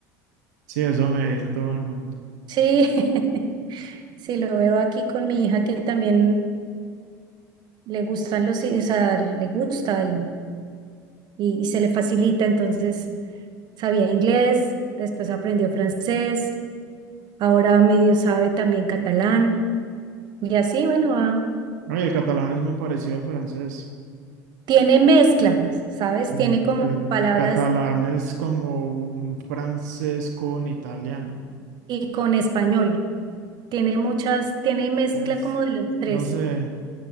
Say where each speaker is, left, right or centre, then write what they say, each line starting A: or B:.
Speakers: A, on the right; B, on the right.
A: Sí, eso me dice todo el mundo.
B: Sí, <laughs> sí, lo veo aquí con mi hija que también le gustan los, i- o sea, le gusta y, y, y se le facilita, entonces... Sabía inglés, después aprendió francés, ahora medio sabe también catalán y así, bueno, va.
A: No, y el catalán es muy parecido al francés.
B: Tiene mezcla, ¿sabes?
A: Mm.
B: Tiene como
A: El,
B: palabras
A: el catalán es como un francés con italiano.
B: y con español. Tiene muchas, tiene mezcla
A: Pues,
B: como de los tres.
A: no sé,